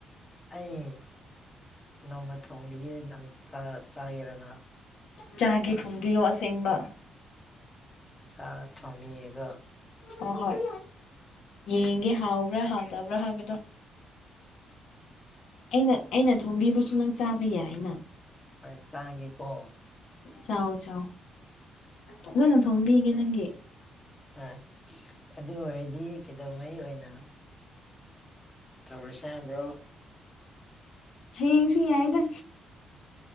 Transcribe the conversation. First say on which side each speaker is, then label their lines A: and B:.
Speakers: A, on the left; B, on the left.
A: ꯑꯩ ꯅꯣꯡꯃ ꯊꯣꯡꯕꯤꯒꯤ ꯆꯥꯒꯔꯅ
B: ꯆꯥꯒꯤ ꯊꯣꯡꯕꯤꯌꯣ ꯑꯁꯦꯡꯕ
A: ꯆ ꯊꯃꯤꯒ
B: ꯍ ꯍꯣꯏ ꯌꯦꯡꯒꯦ ꯍꯥꯎꯕ꯭ꯔꯥ ꯍꯥꯎꯗꯕ꯭ꯔꯥ ꯍꯥꯏꯕꯗꯣ ꯑꯩꯅ ꯑꯩꯅ ꯊꯣꯝꯕꯤꯕꯁꯨ ꯅꯪ ꯆꯥꯕ ꯌꯥꯏ ꯑꯅ
A: ꯍꯣꯏ ꯆꯥꯒꯦ ꯀꯣ
B: ꯆꯥꯎ ꯆꯥꯎ ꯐꯖꯅ ꯊꯣꯡꯕꯤꯒꯦ ꯅꯪꯒꯤ
A: ꯍꯣꯏ ꯑꯗꯨ ꯑꯣꯏꯔꯗꯤ ꯀꯩꯗꯧꯉꯩ ꯑꯣꯏꯅ ꯇꯥꯔꯁ ꯍ꯭ꯔꯣ
B: ꯍꯌꯦꯡꯁꯨ ꯌꯥꯏꯗ